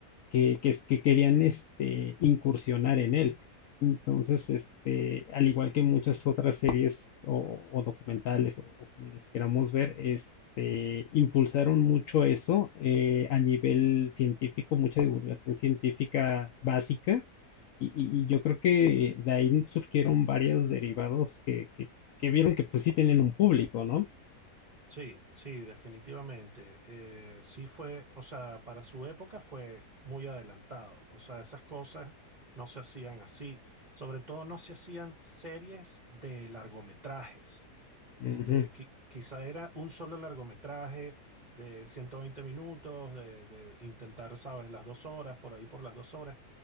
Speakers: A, on the left; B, on the right.
A: que, que, que querían este, incursionar en él. Entonces, este, al igual que muchas otras series o, o documentales o, o como les queramos ver, este, impulsaron mucho eso eh, a nivel científico, mucha divulgación científica básica. Y, y- y yo creo que de ahí surgieron varios derivados que, que, que vieron que pues sí tienen un público, ¿no?
B: Sí, sí, definitivamente. Eh, sí fue, o sea, para su época fue muy adelantado. O sea, esas cosas no se hacían así. Sobre todo no se hacían series de largometrajes. Este,
A: Ujú,
B: qui- quizá era un solo largometraje de 120 minutos, de, de intentar, sabes, las dos horas, por ahí por las dos horas